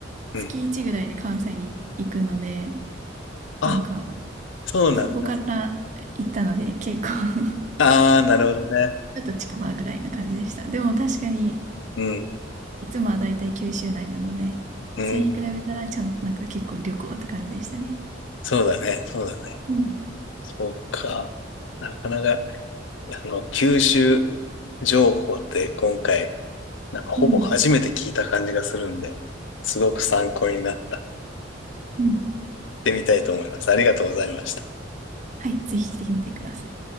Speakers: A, on the left; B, on the right.
A: うん。
B: 月1ぐらいで関西に行くので、
A: あ、
B: なんか
A: そうなんだ。
B: そこから行ったので結構 <laughs>
A: ああ、なるほどね。
B: ちょっと近場ぐらいな感じでした。でも確かに
A: うん。
B: いつもはだいたい九州内なので、
A: うん。
B: それに比べたらちゃん、なんか結構旅行って感じでしたね。
A: そうだね。そうだね。
B: うん。
A: そうか。なかなか。あの、吸収情報って今回、なんかほぼ初めて聞いた感じがするんで、
B: うん、
A: すごく参考になった。や
B: うん。
A: ってみたいと思います。ありがとうございました。
B: はい、ぜひ来てみてください。